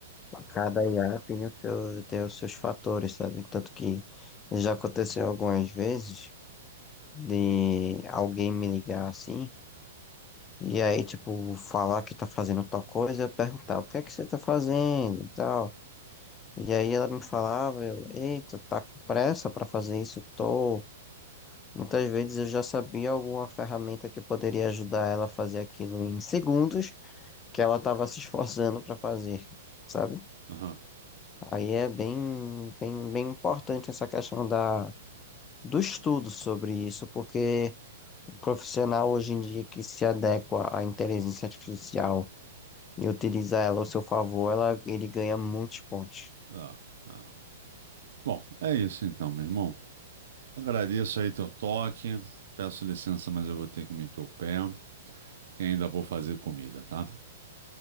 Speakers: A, on the left; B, on the right.
A: cada IA tem, o seu, tem os seus fatores, sabe? Tanto que já aconteceu algumas vezes de alguém me ligar assim E aí, tipo, falar que tá fazendo tal coisa, eu perguntar o que é que você tá fazendo e tal. E aí ela me falava, eu, eita, tá com pressa pra fazer isso? Tô. Muitas vezes eu já sabia alguma ferramenta que poderia ajudar ela a fazer aquilo em segundos que ela tava se esforçando pra fazer, sabe?
B: Aham.
A: Aí é bem, bem, bem importante essa questão da, do estudo sobre isso, porque o profissional hoje em dia que se adequa à inteligência artificial e utilizar ela ao seu favor, ela, ele ganha muitos pontos.
B: Ah, ah. Bom, é isso então, meu irmão. Agradeço aí teu toque. Peço licença, mas eu vou ter que meter o pé. que ainda vou fazer comida, tá?